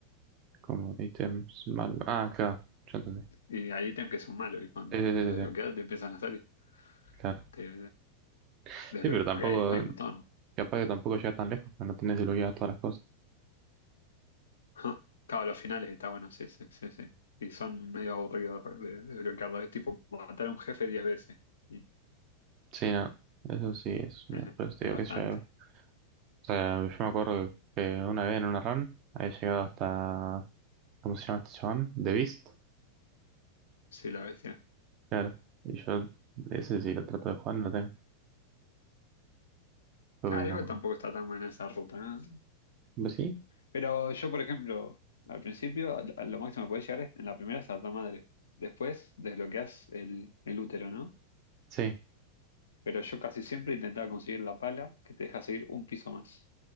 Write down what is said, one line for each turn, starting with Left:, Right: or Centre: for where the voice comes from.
Right: Como ítems mal. Ah, claro, ya entendí.
Left: Y hay ítems que son malos y cuando
Right: Sí, sí,
Left: los
Right: sí,
Left: desbloqueas
Right: sí,
Left: te empiezan a salir.
Right: sí, claro.
Left: Te, te
Right: Sí,
Left: desbloqueas,
Right: pero tampoco,
Left: porque hay, hay un montón. <laughs>
Right: capaz que tampoco llegas tan lejos, que no tenés desbloqueadas todas las cosas.
Left: Ah, Claro, los finales está bueno, sí, sí, sí, sí. Y son medio aburridos de, de desbloquearlos. Es tipo matar a un jefe 10 veces. Y
Right: Sí, no, eso sí es, una-
Left: <laughs>
Right: por eso te
Left: Es
Right: digo
Left: bastante.
Right: que yo O sea, yo me acuerdo que una vez en una run había llegado hasta, ¿cómo se llama este chabón? The Beast,
Left: Sí, la bestia.
Right: claro. Y yo, ese sí lo trato de jugar, no lo tengo. Creo
Left: Claro,
Right: que no.
Left: igual tampoco está tan buena esa ruta, ¿eh?
Right: ¿Pues sí?
Left: Pero yo, por ejemplo, al principio, a, a lo máximo que puedes llegar es en la primera es a madre. Después desbloqueas el, el útero, ¿no?
Right: Sí.
Left: Pero yo casi siempre intentaba conseguir la pala que te deja seguir un piso más.